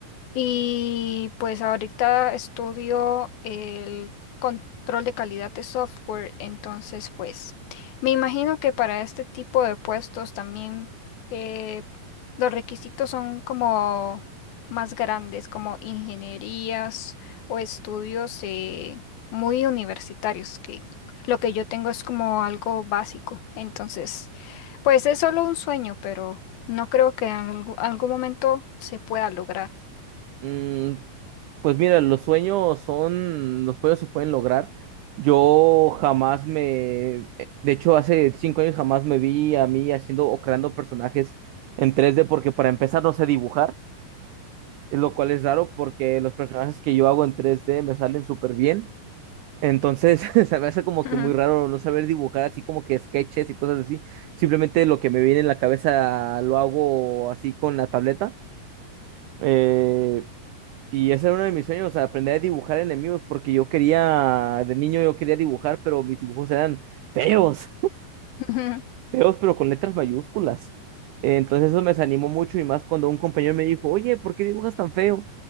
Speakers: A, on the left; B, on the right.
A: Y pues ahorita estudio el control de calidad de software, entonces pues me imagino que para este tipo de puestos también eh, los requisitos son como más grandes, como ingenierías o estudios eh, muy universitarios, que lo que yo tengo es como algo básico, entonces pues es solo un sueño, pero no creo que en algu- algún momento se pueda lograr.
B: Mm, pues mira, los sueños son, los sueños se pueden lograr. Yo jamás me, eh, de hecho, hace cinco años jamás me vi a mí haciendo o creando personajes en tres d porque para empezar no sé dibujar, es lo cual es raro porque los personajes que yo hago en tres d me salen súper bien. Entonces, <laughs> se me hace como
A: <laughs>
B: que muy raro no saber dibujar así como que sketches y cosas así. Simplemente lo que me viene en la cabeza lo hago así con la tableta. Eh, y ese era uno de mis sueños, o sea, aprender a dibujar enemigos, porque yo quería, de niño yo quería dibujar, pero mis dibujos eran feos,
A: Ujú,
B: <laughs> feos, pero con letras mayúsculas. Entonces eso me desanimó mucho y más cuando un compañero me dijo, oye, ¿por qué dibujas tan feo?